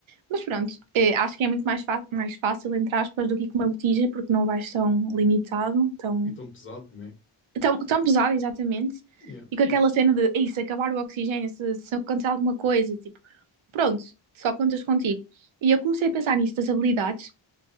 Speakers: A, on the right (about 80°); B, on the left (about 25°).
A: Mas pronto, eh, acho que é muito mais, fa- mais fácil, entre aspas, do que com uma botija, porque não vais tão limitado, tão,
B: E tão pesado, né?
A: tão, tão pesado, exatamente.
B: Yeah.
A: E com aquela cena de, "Ei, se acabar o oxigênio, se, se acontecer alguma coisa, tipo, pronto, só contas contigo. E eu comecei a pensar nisso das habilidades